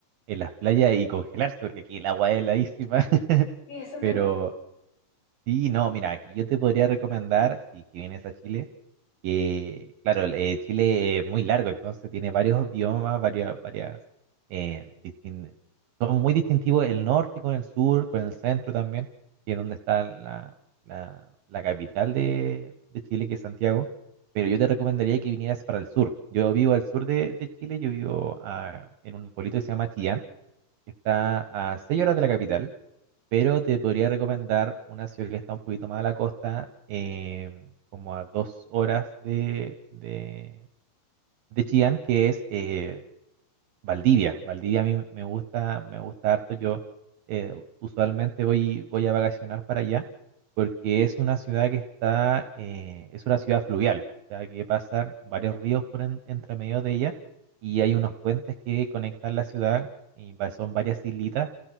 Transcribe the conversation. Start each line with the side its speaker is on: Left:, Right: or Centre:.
Right: en las playas y congelarse, porque aquí el agua es heladísima. <laughs>
Left: Y eso me
Right: Pero
Left: han
Right: sí, no, mira, aquí yo te podría recomendar, si que vienes a Chile, que, claro, eh, Chile es muy largo, entonces tiene varios biomas, varias, varias, eh, distin- son muy distintivos el norte con el sur, con el centro también, que es donde está la, la, la capital de, de Chile, que es Santiago, pero yo te recomendaría que vinieras para el sur. Yo vivo al sur de, de Chile, yo vivo ah, en un pueblito que se llama Chillán, que está a 6 horas de la capital, pero te podría recomendar una ciudad que está un poquito más a la costa, eh, como a dos horas de, de, de Chillán, que es eh, Valdivia. Valdivia a mí me gusta, me gusta harto. Yo eh, usualmente voy, voy a vacacionar para allá, porque es una ciudad que está, eh, es una ciudad fluvial, o sea, que pasan varios ríos por en- entre medio de ella y hay unos puentes que conectan la ciudad. Y va- son varias islitas